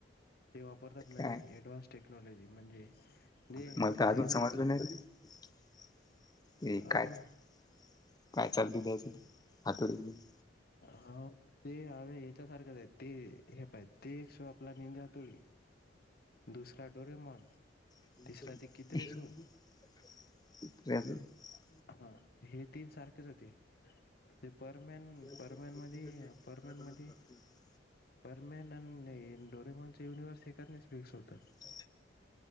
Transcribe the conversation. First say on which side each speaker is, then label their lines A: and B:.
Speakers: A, on the left (about 55°); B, on the left (about 20°).
A: ते वापरतात
B: काय
A: नवीन ऍडव्हान्स टेक्नॉलॉजी म्हणजे जे
B: मला तर अजून
A: ते
B: समजलं
A: त्याच
B: <inaudible> ते
A: आपण
B: काय? <inaudible> काय चाललय त्याच ते. हातोडी घेऊन
A: हा ते हवे याच्यासारखंच आहेत ते हे पाहिजे ते एक सो आपला निंजा हातोडी, दुसरा डोरेमॉन.
B: हे
A: तिसरा ते कितरे सो
B: <inaudible> <unintelligible>
A: हा हे तीन सारखेच होती ते परमॅन
B: <unintelligible>
A: परमॅन मध्ये परमॅन मध्ये परमॅन आणि डोरेमॉनचा युनिव्हर्स एकाच फिक्स होत.
B: हो.